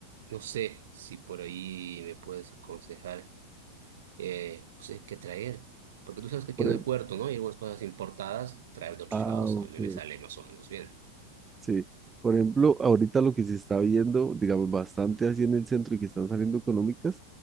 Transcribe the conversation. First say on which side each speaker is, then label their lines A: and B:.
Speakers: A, on the right; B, on the right.
A: no sé si por ahí me puedes aconsejar, eh, no sé qué traer. Porque tú sabes que aquí
B: Por
A: no
B: ej-
A: hay puerto, ¿no? Hay algunas cosas importadas, traer de otros
B: ah,
A: lados,
B: ok.
A: a mí me sale más o menos bien.
B: Sí. Por ejemplo, ahorita lo que se está viendo, digamos, bastante así en el centro y que están saliendo económicas,